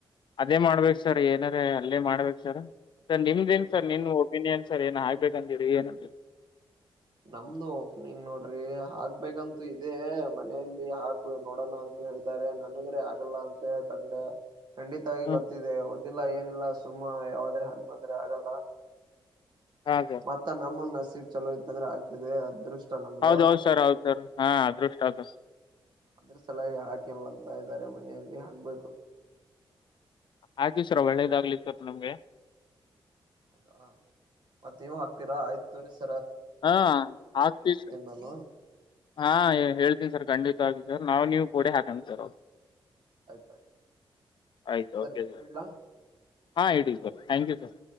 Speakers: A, on the left (about 60°); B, on the right (about 55°).
A: ಅದೇ ಮಾಡ್ಬೇಕು ಸರ್ ಏನರೆ ಅಲ್ಲೇ ಮಾಡ್ಬೇಕ ಸರ್ ಸರ್ ನಿಮ್ದೇನ್
B: ಹ್ಮ್
A: ಸರ್ ನಿಮ್ ಒಪಿನಿಯನ್. ಸರಿ ಏನ ಆಗ್ಬೇಕಂದೀರಿ <unintelligible>
B: ನಮ್ದು ಓಪನಿಂಗ್ ನೋಡ್ರಿ ಹಾಕ್ಬೇಕಂತ ಇದೇ ಮನೆಯಲ್ಲಿ ಹಾಕು ನೋಡೋಣ ಅಂತ ತ ಹೇಳಿದ್ದಾರೆ ನನಗರೇ ಆಗಲ್ಲ ಅಂತ ಕಂಡ ಖಂಡಿತವಾಗಿ
A: ಹ್ಮ್
B: ಗೊತ್ತಿದೆ. ಇಲ್ಲ ಏನಿಲ್ಲ ಸುಮ್ಮ ಯಾವಾದ್ರೆ ಹಾಕ್ ಬಂದ್ರೆ ಆಗಲ್ಲ
A: ಹಾ ಸರ್
B: ಮತ್ತ ನಮ್ಮ ನಸೀಬ್ ಚಲೋ ಇತ್ತಂದ್ರ ಆಗ್ತದೆ ಅದೃಷ್ಟ ನಮ್ದು
A: ಹೌದ್ ಹೌದ್ ಸರ್ ಹೌದ್ ಸರ್ ಹಾ ಅದೃಷ್ಟ ಸರ್.
B: ಅದರ್ ಸಲ್ವಾಗಿ ಗಿ ಹಾಕೇಲ್ಲಂತ ಇದ್ದಾರೆ ಮನೆಯಲ್ಲಿ ಹಾಕ್ಬೇಕು.
A: ಆಕಿ ಸರ್ ಒಳ್ಳೇದಾಗ್ಲಿ <unintelligible> ನಿಮ್ಗೆ.
B: ಹೌದಾ ಮತ್ತ ನೀವು ಹಾಕ್ತೀರಾ ಆಯ್ತು ತೋರಸ
A: ಹಾ ಆಗ್ತಿ ಸ
B: ನಾನು
A: ಹಾ ಹೇಳ್ತೀನ್ ಸರ್ ಖಂಡಿ <unintelligible> ನಾವ್ ನೀವು ಕೊಡೆ ಹಾಕಿ ಸರ್.
B: ಆಯ್ತಾಯ್ತು
A: ಆಯ್ತು
B: ಸರಿ
A: ಓಕೆ ಸರ್
B: ಇಡ್ಲಾ
A: ಹಾ ಇಡಿ <unintelligible> ಥ್ಯಾಂಕ್ಯೂ ಸರ್.